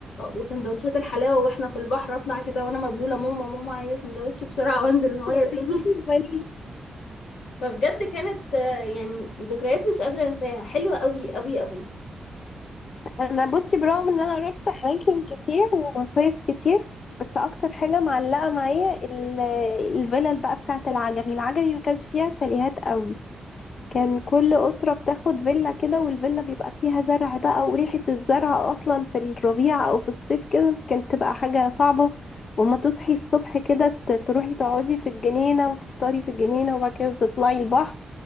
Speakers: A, on the left (about 80°); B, on the left (about 50°).
A: وسندوتشات الحلاوة وإحنا في البحر أطلع كده وأنا مبلولة ماما ماما عايزة سندوتش بسرعة وأنزل المية
B: <laughs>
A: تاني فبجد كانت آه، يعني ذكريات مش قادرة انساها حلوة قوي قوي قوي
B: انا بصي برغم ان انا رحت اماكن كتير ومصايف كتير بس اكتر حاجه معلقه معايا ال- الفيلل بقى بتاعه العجمي العجمي ما كانش فيها شاليهات قوي كان كل اسره بتاخد فيلا كده والفيلا بيبقى فيها زرع بقى وريحه الزرع اصلا في الربيع او في الصيف كده كانت تبقى حاجه صعبه وما تصحي الصبح كده ت- تروحي تقعدي في الجنينه وتفطري في الجنينه وبعد كده تطلعي البحر